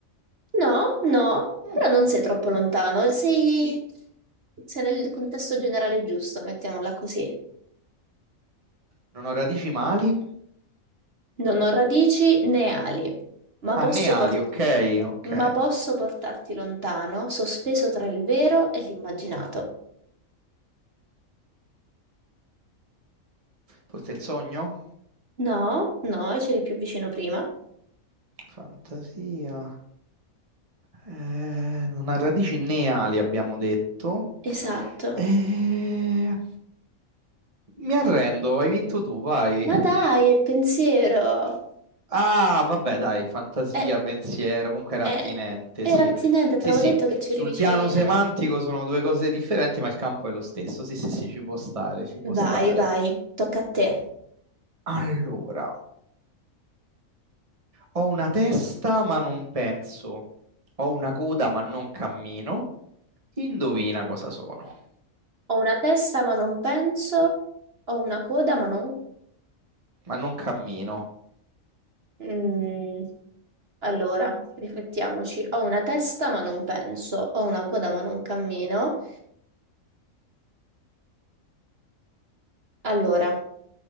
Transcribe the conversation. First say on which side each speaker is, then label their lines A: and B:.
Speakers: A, on the right; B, on the right.
A: No, no,
B: Mm,
A: però non sei troppo
B: mm.
A: lontano, sei, sei nel contesto generale giusto, mettiamola così.
B: Non ho radici mali?
A: Non ho radici né ali, ma
B: Ah,
A: posso
B: né ali,
A: portarti...
B: ok, ok.
A: Ma posso portarti lontano, sospeso tra il vero e l'immaginato.
B: Forse il sogno?
A: No, no, c'eri più vicino prima.
B: Fantasia. Eh, non ha radici né ali, abbiamo detto.
A: Esatto.
B: Eh, mi arrendo, hai vinto tu, vai.
A: Ma dai, il pensiero.
B: Ah, vabbè, dai, fantasia,
A: Eh,
B: pensiero, comunque era
A: eh,
B: attinente,
A: era
B: sì.
A: attinente,
B: Sì,
A: te l'avevo
B: sì,
A: detto che c'eri
B: sul
A: vicino.
B: piano semantico sono due cose differenti, ma il campo è lo stesso. Sì, sì, sì, ci può stare, ci può stare.
A: Vai, vai, tocca a te.
B: Allora. Ho una testa ma non penso, ho una coda ma non cammino. Indovina cosa sono,
A: Ho una testa ma non penso, ho una coda ma non...
B: ma non cammino.
A: Mm, allora, riflettiamoci. Ho una testa ma non penso, ho una coda ma non cammino. Allora,